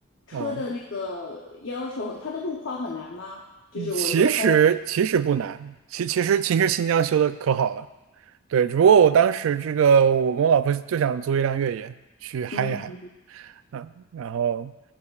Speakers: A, on the left; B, on the right.
A: 车的那个要求，
B: 啊，
A: 它的路况很难吗？就是我就说它的，
B: 嗯其实其实不难，其其实其实新疆修的可好了，对，只不过我当时这个我跟我老婆就想租一辆越野去嗨一嗨。
A: 嗯
B: 嗯，然后